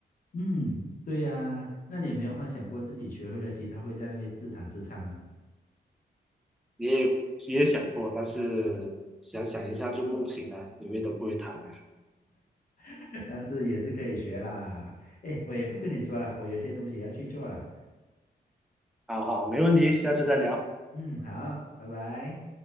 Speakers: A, on the left (about 50°); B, in the centre.
A: 嗯，对呀，那你有没有幻想过自己学会了吉他会在那边自弹自唱呢？
B: 也也想过，但是想想一下就梦醒了，因为都不会弹了。
A: <laughs> 但是也是可以学啦。哎，我也不跟你说了，我有些东西也要去做了。
B: 好好，没问题，下次再聊。
A: 嗯，好，拜拜。